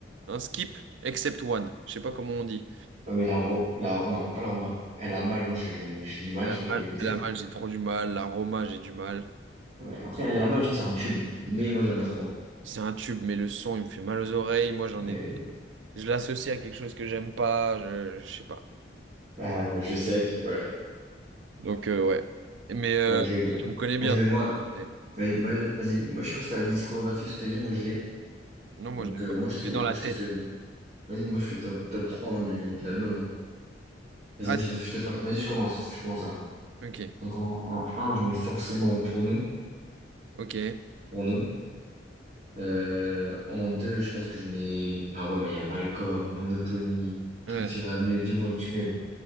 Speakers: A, on the right; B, on the right.
A: un skip, except one. Je sais pas comment on dit.
B: Ouais, Mais la Roma, la, non, pas la Roma. Elle a mal, moi j'ai- j'en ai, j'ai du mal,
A: Elle a
B: tu vois,
A: mal,
B: à l'écouter.
A: elle a mal, j'ai trop du mal. La Roma, j'ai du mal.
B: Ouais, Après, elle a mal, tu vois, c'est un tube. Mais moi, j'aime pas trop.
A: C'est un tube, mais le son, il me fait mal aux oreilles. Moi, j'en
B: Mais,
A: ai. je l'associe à quelque chose que j'aime pas, je, je sais pas.
B: bah, je sais que, ouais.
A: Donc, euh, ouais. Mais euh,
B: Ok, ok.
A: tu me connais bien.
B: Vas-y, mais
A: toi.
B: moi,
A: C'est-
B: Vas-y, moi, vas-y, moi je sais pas si t'as la discographie sous tes yeux, moi je l'ai.
A: Non,
B: Donc
A: moi, je l'ai
B: euh,
A: pas.
B: moi je te,
A: Je l'ai dans la
B: moi je
A: tête.
B: te fais. Vas-y, mais moi je fais top, top 3 hein, du, de l'album. hein. Vas-y,
A: Ah,
B: moi je te, je te fais. Vas-y, je commence. Je commence alors.
A: ok,
B: Donc en, en un je mets forcément pour nous.
A: ok.
B: Pour nous. Euh, en 2 je pense que je mets. Ah ouais, mais il y a Malcolm, Monotonie, Tout
A: Ouais.
B: ira mieux, dis-moi que tu m'aimes.